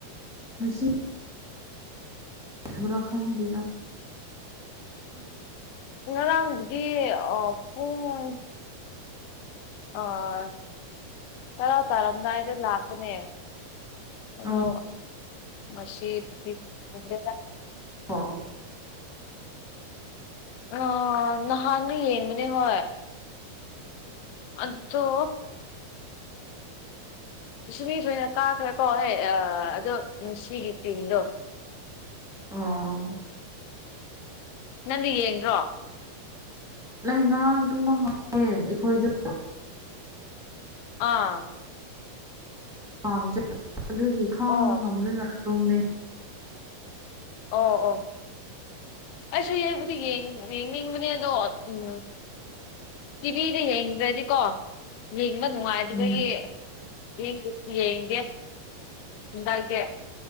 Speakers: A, in the centre; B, on the left.
A: ꯉꯁꯤ ꯁꯨꯕꯔ‌ꯣ ꯈꯪꯗ‌ꯦꯗ <inaudible>
B: ꯉꯔꯥꯡꯗꯤ ꯑ‌ꯣ ꯄꯨꯡ ꯑꯣꯏ ꯇꯔꯥ ꯇꯥꯔꯝꯗꯥꯏꯗ ꯂꯥꯛꯄꯅꯦ
A: ꯑꯣ
B: ꯑꯗꯣ ꯉꯥꯁꯤꯗꯤ ꯈꯪꯗ‌ꯦ
A: ꯍꯜꯂ‌ꯣ
B: ꯑꯣ ꯅꯍꯥꯟꯗꯤ ꯌꯦꯡꯕꯅꯦ ꯍꯣꯏ ꯑꯗꯣ ꯃꯤꯁꯨꯂꯤꯝ ꯈ‌ꯣꯏꯅ ꯀꯥꯈ꯭ꯔꯦꯀꯣ ꯍꯣꯏ ꯑꯥ ꯑꯗꯣ ꯉꯁꯤꯒꯤ ꯇꯤꯝꯗꯣ
A: ꯑꯣ
B: ꯅꯪꯗꯤ ꯌꯦꯡꯗꯔꯣ
A: ꯑꯩ ꯉꯔꯥꯡ ꯇꯨꯝꯃꯝꯃ‌ꯦ ꯑꯩꯈꯣꯏꯗ‌ꯣ
B: ꯑꯥ
A: ꯄꯥꯝ ꯆꯠꯄ ꯑꯗꯨꯒꯤ ꯈꯥꯡꯕ
B: ꯑꯣ
A: ꯉꯝꯗꯅ ꯇꯨꯝꯃꯦ
B: ꯑꯣ ꯑꯣ ꯑꯩꯁꯨ ꯌꯦꯡꯕꯨꯗꯤ ꯌꯦꯡ ꯌꯦꯡꯅꯤꯡꯕꯅꯦ ꯑꯗꯣ ꯎꯝ ꯇꯤꯚꯤꯗ ꯌꯦꯡꯗ꯭ꯔꯗꯤꯀꯣ ꯌꯦꯡꯕ ꯅꯨꯡꯉꯥꯏꯇꯕꯒꯤ
A: ꯎꯝ
B: ꯌꯦꯡꯒꯦꯁꯨ ꯌꯦꯡꯗꯦ ꯍꯟꯗꯛꯇꯤ